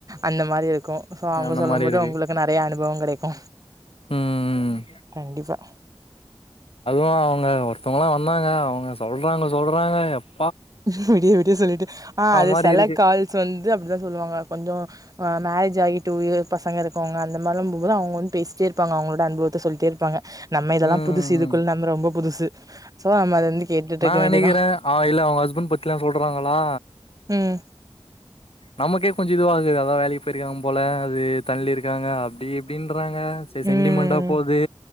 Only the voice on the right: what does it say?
அந்த மாரி இருக்கு சோ அவுங்க
சொல்லும்
போது
உங்களுக்கு நெறையா அனுபவோ கெடைக்கு
கண்டிப்பா
விடிய விடிய சொல்லிட்டு ஆ அது
செல
கால்ஸ் வந்து அப்டித்தா சொல்லுவாங்க கொஞ்சோ ஆ மேரேஜ் ஆயி டூ இயர் பசங்க இருக்கவுங்க அந்த மாரிலும்போது அவுங்க வந்து பேசிட்டே இருப்பாங்க அவுங்களோட அனுபவத் த்த சொல்ட்டே இருப்பாங்க நம்ம இதெல்லாம்
புதுசு இதுக்குள்ள
நம்ம ரொம்ப புதுசு சோ நம்ம அத வந்து கேட்டுட்டு
இருக்க
வேண்டியதா
ம்
ம்